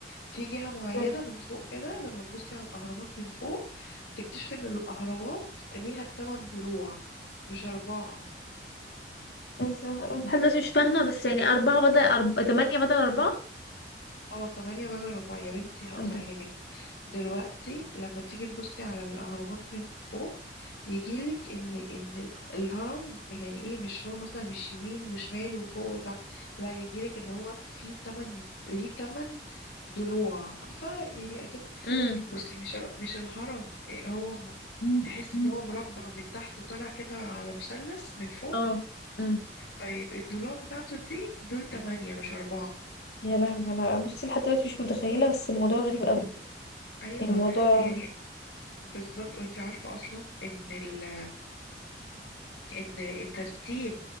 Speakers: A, on the left; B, on the left.
A: في جهة معينة
B: زي-
A: من فوق كده لما تبصي على الأهرامات من فوق تكتشفي إن الأهرامات ليها تمن ضلوع مش أربعة
B: زي ما- لحد دلوقتي مش فاهمه بس يعني اربعه بدل أرب... تمانية بدل اربعه
A: اه تمانية بدل أربعة يا بنتي هفهمك
B: ايه ده
A: دلوقتي لما تيجي تبصي على الأهرامات من فوق يجيلك إن إن ال- الهرم يعني إيه مش هو مثلا مش يمين وشمال وفوق وتحت لا يجيلك إن هو في تمن ليه تمن ضلوع عارفة يعني أكيد
B: امم
A: بصي مش ال- مش الهرم إيه هو
B: مم.
A: تحس
B: مم.
A: ان هو مربع من تحت وطالع كده على مثلث من فوق
B: اه امم
A: طيب الضلوع بتاعته دي دول تمانية مش أربعة
B: يا لهوي انا بصي لحد دلوقتي مش متخيله بس الموضوع غريب قوي
A: أيوة
B: يعني الموضوع
A: يعني بالظبط وانت عارفة أصلا إن ال إن الترتيب